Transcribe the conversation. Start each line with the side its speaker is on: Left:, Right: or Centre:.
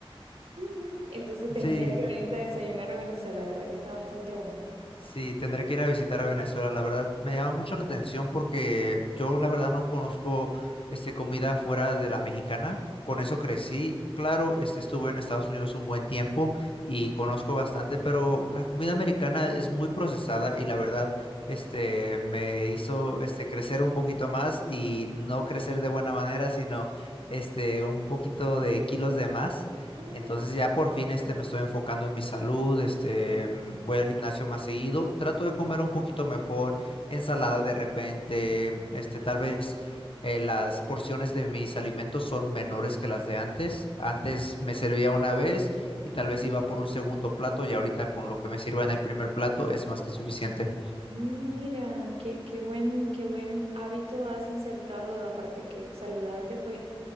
Right: <laughs> Entonces tendrías
Left: Sí.
Right: que venirte a desayunar a Venezuela, la verdad que está bastante bueno.
Left: Sí, tendré que ir a visitar a Venezuela. La verdad, me llama mucho la atención porque yo la verdad no conozco este comida fuera de la mexicana. Con eso crecí. Claro, este, estuve en Estados Unidos un buen tiempo y conozco bastante, pero la comida americana es muy procesada y la verdad, este, me hizo este crecer un poquito más y no crecer de buena manera, sino este un poquito de kilos de más.
Right: Ah,
Left: Entonces ya por fin este, me estoy enfocando en mi salud, este, mm, voy al gimnasio más seguido, trato de comer un poquito mejor, ensalada de repente, este, tal vez eh, las porciones de mis alimentos son menores que las de antes. Antes me servía una vez y tal vez iba por un segundo plato y ahorita con lo que me sirva en el primer plato es más que suficiente.
Right: Mira, qué, qué buen, qué buen hábito has insertado, aparte que es saludable, pues